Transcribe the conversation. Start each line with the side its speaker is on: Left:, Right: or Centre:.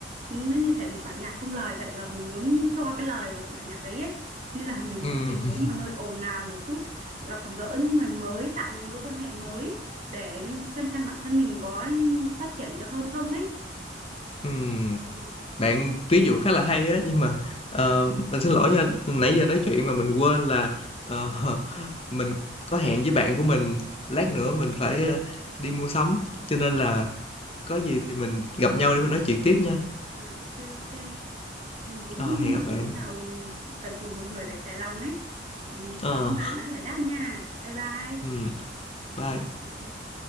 Right: nó như thể một bản nhạc không lời vậy và mình muốn cho cái lời vào bản nhạc đấy ấy nên là <laughs> mình
Left: ừm,
Right: muốn tìm
Left: <laughs>
Right: đến một nơi ồn ào một chút gặp gỡ những người mới tạo những mối quan hệ mới để xem xem bản thân mình có phát triển được hơn không ấy
Left: ừm.
Right: ừ. ừ.
Left: bạn ví dụ khá là hay á nhưng mà ờ, mình xin lỗi nha nãy giờ nói chuyện mà mình quên là ờ, <laughs> mình có hẹn với bạn của mình lát nữa mình phải ờ, đi mua sắm cho nên là có gì thì mình gặp nhau để mình nói chuyện tiếp nha
Right: à ok ok mình cũng
Left: Ờ, hẹn
Right: mới
Left: gặp bạn
Right: chuyển nên là ừ, cần tìm một người để trái lòng ấy ừ.
Left: Ờ,
Right: cảm ơn bạn đã giải đáp nha bye bye
Left: ừ, bye
Right: ừ.